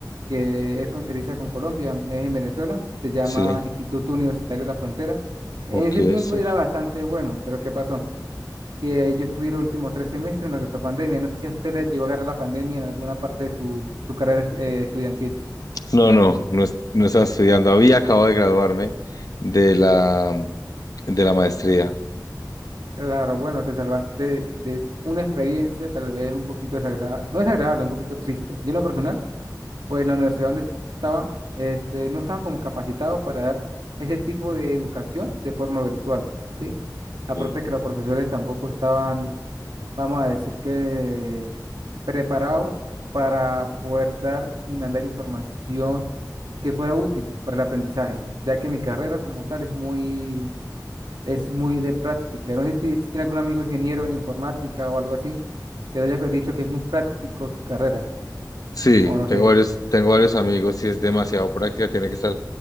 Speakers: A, on the right (about 85°); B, on the left (about 55°).
A: que es fronteriza con Colombia, es en Venezuela, se llama
B: Sí,
A: Instituto Universitario de la Frontera. En
B: ok,
A: ese
B: eso.
A: tiempo era bastante bueno, pero ¿qué pasó? Que yo estudié los últimos tres semestres en lo que fue pandemia. No sé si a usted le llegó a agarrar la pandemia en alguna parte de su, su carrera eh, estudiantil.
B: No, no, no, es- no estaba estudiando, había acabado de graduarme de la, de la maestría.
A: Claro, bueno, te salvaste de una experiencia tal vez un poquito desagradable, no desagradable, un poquito triste. Yo en lo personal pues la universidad donde estaba, este, no estaban como capacitados para dar ese tipo de educación de forma virtual, ¿sí? Aparte
B: Sí,
A: que los profesores tampoco estaban, vamos a decir que, preparados para poder dar y mandar información que fuera útil para el aprendizaje, ya que mi carrera como tal es muy, es muy de práctica. No sé si, ti- si tiene algún amigo ingeniero en informática o algo así, que le haya dicho que es muy práctico su carrera,
B: Sí,
A: o no
B: tengo
A: sé.
B: varios, tengo varios amigos y es demasiado práctica, tiene que estar